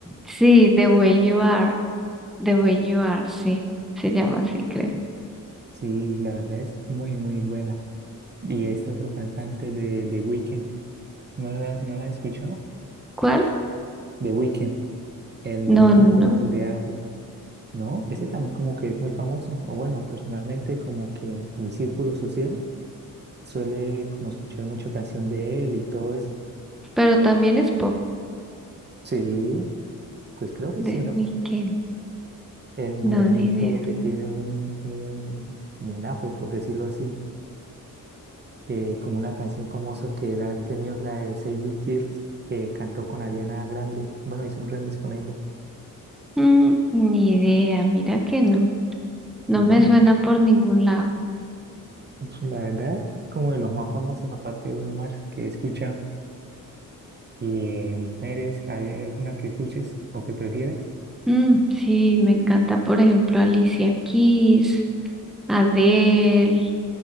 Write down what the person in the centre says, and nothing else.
sí, The Way You Are. The Way You Are, sí. Se llama así, creo.
¿Cuál?
No, no, no.
Pero también es pop.
The
Weeknd.
No, ni idea.
Mm, ni idea. Mira que no. No
me suena por ningún lado.
Mm, sí, me encanta, por ejemplo, Alicia Keys, Adele.